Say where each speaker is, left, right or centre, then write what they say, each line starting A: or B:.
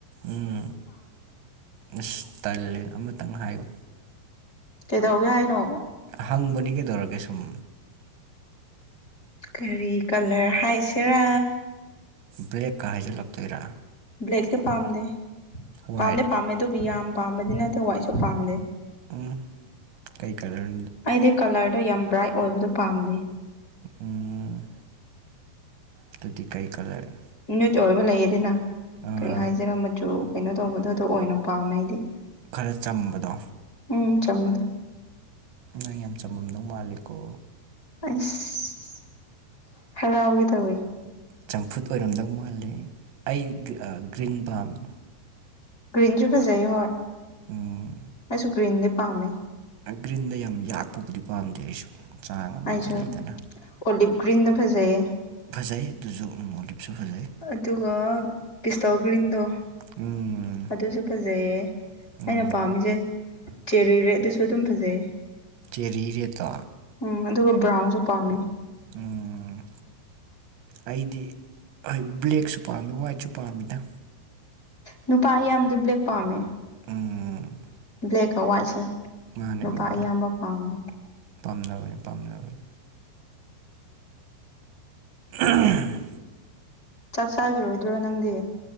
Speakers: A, on the right; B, on the left.
A: ꯎꯝ ꯏꯁ ꯇꯥꯜꯂꯦ ꯑꯃꯇꯪ ꯍꯥꯏꯌꯨ
B: ꯀꯩꯗꯧꯒꯦ ꯍꯥꯏꯅꯣ
A: ꯍꯪꯕꯅꯤ ꯀꯩꯗꯧꯔꯒꯦ ꯁꯨꯝ
B: ꯀꯔꯤ ꯀꯂꯔ ꯍꯥꯏꯁꯤꯔꯥ
A: ꯕ꯭ꯂꯦꯛꯀ ꯍꯥꯏꯖꯤꯜꯂꯛꯇꯣꯏꯔꯥ
B: ꯕ꯭ꯂꯦꯛꯇ ꯄꯥꯝꯗꯦ
A: ꯋꯥꯏꯠ
B: ꯄꯥꯝꯗꯦ ꯄꯥꯝꯃꯦ ꯑꯗꯨꯕꯨ ꯌꯥꯝ ꯄꯥꯝꯕꯗꯤ ꯅꯠꯇꯦ ꯋꯥꯏꯠꯁꯨ ꯄꯥꯝꯗꯦ
A: ꯎꯝ ꯀꯩ ꯀꯂꯔ
B: ꯑꯩꯗꯤ ꯀꯂꯔꯗꯣ ꯌꯥꯝ ꯕ꯭ꯔꯥꯏꯠ ꯑꯣꯏꯕꯗꯣ ꯄꯥꯝꯗꯦ
A: ꯎꯝ ꯑꯗꯨꯗꯤ ꯀꯩ ꯀꯂꯔ
B: ꯅꯨꯠ ꯑꯣꯏꯕ ꯂꯩꯌꯦꯗꯅ
A: ꯑꯥ
B: ꯀꯔꯤ ꯍꯥꯏꯖꯔ ꯃꯆꯨ ꯀꯩꯅꯣ ꯇꯧꯕꯗꯣ ꯑꯗꯨ ꯑꯣꯏꯅ ꯄꯥꯝꯃꯦ ꯑꯩꯗꯤ
A: ꯈꯔ ꯆꯝꯕꯗꯣ
B: ꯎꯝ ꯆꯝꯕꯗꯣ
A: ꯅꯪ ꯌꯥꯝ ꯆꯝꯃꯝꯗꯧ ꯃꯥꯂꯦꯀꯣ
B: ꯑꯁ ꯍꯔꯥꯎꯒꯦ ꯇꯧꯋꯤ
A: ꯆꯝꯐꯨꯠ ꯑꯣꯏꯔꯝꯗꯧ ꯃꯥꯜꯂꯤ ꯑꯩ ꯒ꯭ꯔꯤꯟ ꯄꯥꯝꯃꯤ
B: ꯒ꯭ꯔꯤꯟꯁꯨ ꯐꯖꯩ ꯍꯣꯏ
A: ꯎꯝ
B: ꯑꯩꯁꯨ ꯒ꯭ꯔꯤꯟꯗꯤ ꯄꯥꯝꯃꯦ
A: ꯒ꯭ꯔꯤꯟꯗ ꯌꯥꯝ ꯌꯥꯛꯄꯕꯨꯗꯤ ꯄꯥꯝꯗꯦ ꯑꯩꯁꯨ ꯆꯥꯡ ꯑꯃꯗ
B: ꯑꯩꯁꯨ
A: ꯂꯩꯗꯅ
B: ꯑꯣꯂꯤꯞ ꯒ꯭ꯔꯤꯟꯗ ꯐꯖꯩꯌꯦ
A: ꯐꯖꯩ ꯑꯗꯨꯁꯨ ꯎꯝ ꯑꯣꯂꯤꯞꯁꯨ ꯐꯖꯩ
B: ꯑꯗꯨꯒ ꯄꯤꯁꯇ ꯒ꯭ꯔꯤꯟꯗꯣ
A: ꯎꯝ
B: ꯑꯗꯨꯁꯨ ꯐꯖꯩꯌꯦ
A: ꯎꯝ
B: ꯑꯩꯅ ꯄꯥꯝꯃꯤꯁꯦ ꯆꯦꯔꯤ ꯔꯦꯠꯇꯨꯁꯨ ꯑꯗꯨꯝ ꯐꯖꯩꯌꯦ
A: ꯆꯦꯔꯤ ꯔꯦꯠꯇꯣ
B: ꯎꯝ ꯑꯗꯨꯒ ꯕ꯭ꯔꯥꯎꯟꯁꯨ ꯄꯥꯝꯃꯦ
A: ꯎꯝ ꯑꯩꯗꯤ ꯍꯣꯏ ꯕ꯭ꯂꯦꯛꯁꯨ ꯄꯥꯝꯃꯤ ꯋꯥꯏꯠꯁꯨ ꯄꯥꯝꯃꯤꯗ
B: ꯅꯨꯄꯥ ꯑꯌꯥꯝꯕꯗꯤ ꯕ꯭ꯂꯦꯛ ꯄꯥꯝꯃꯦ
A: ꯎꯝ
B: ꯕ꯭ꯂꯦꯛꯀ ꯋꯥꯏꯠꯁꯦ
A: ꯃꯥꯅꯤ
B: ꯅꯨꯄꯥ
A: ꯃꯥꯅꯤ
B: ꯑꯌꯥꯝꯕ ꯄꯥꯝꯃꯦ
A: ꯄꯥꯝꯅꯕꯅꯤ ꯄꯥꯝꯅꯕꯅꯤ ꯑ <unintelligible>
B: ꯆꯥꯛ ꯆꯥꯈꯤꯔꯣꯏꯗ꯭ꯔꯣ ꯅꯪꯗꯤ